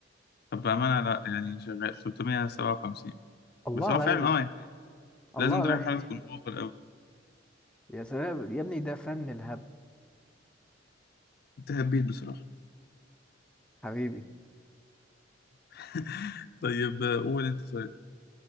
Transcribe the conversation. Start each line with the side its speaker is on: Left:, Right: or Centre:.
Left: طب بأمانة لأ يعني شغال 357
Centre: الله
Left: بس هو
Centre: عليا
Left: فعلا اه يعني
Centre: الله
Left: لازم
Centre: عليا
Left: درجة الحرارة تكون أوفر أوي
Centre: يا سلام يا ابني ده فن الهبد
Left: انت هبيت بصراحة
Centre: حبيبي
Left: <laughs> طيب قول انت طيب